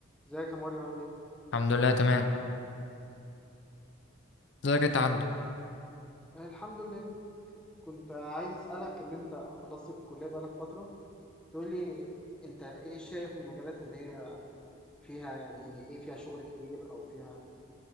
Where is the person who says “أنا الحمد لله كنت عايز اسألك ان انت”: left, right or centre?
Centre